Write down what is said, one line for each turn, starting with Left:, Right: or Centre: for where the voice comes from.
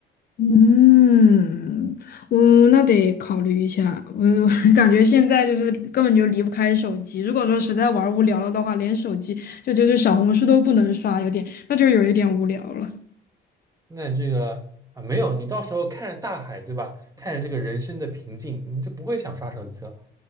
Left: 嗯，嗯，那得考虑一下。我 <laughs> 我感觉现在就是根本就离不开手机。如果说实在玩儿无聊了的话，连手机就就是小红书都不能刷，有点，那就有一点无聊了。
Right: 那这个啊，没有，你到时候看着大海，对吧？看着这个人生的平静，你就不会想刷手机了。